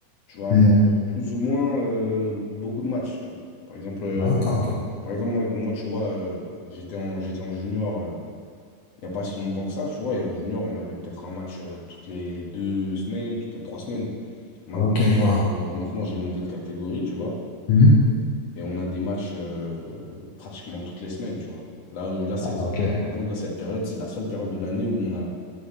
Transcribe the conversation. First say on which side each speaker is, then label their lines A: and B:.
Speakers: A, on the left (about 50°); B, on the left (about 65°).
A: tu vas avoir
B: Mm.
A: euh, plus ou moins euh, beaucoup de matchs, tu vois. Par exemple, euh,
B: D'accord, ok.
A: Par exemple, moi, moi tu vois, euh, j'étais en, j'étais en junior euh, il n'y a pas si longtemps que ça, tu vois, et en junior, on avait peut-être un match euh, toutes les deux semaines, toutes les trois semaines. Maintenant,
B: Ok, je vois.
A: euh, maintenant j'ai monté de catégorie, tu vois,
B: Mhm.
A: et on a des matchs euh, pratiquement toutes les semaines, tu vois. Là, où- là cette,
B: Ah, ok,
A: tu vois, par exemple, là, cette période, c'est la seule période de l'année où on a,